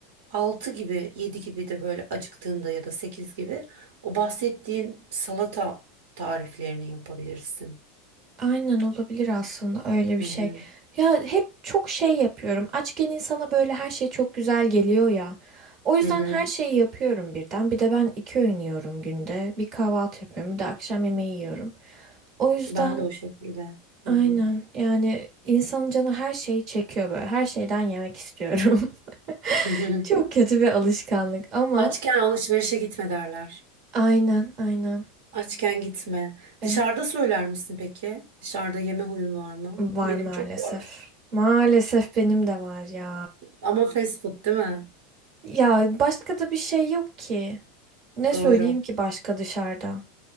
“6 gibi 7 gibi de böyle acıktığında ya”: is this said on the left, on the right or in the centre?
Right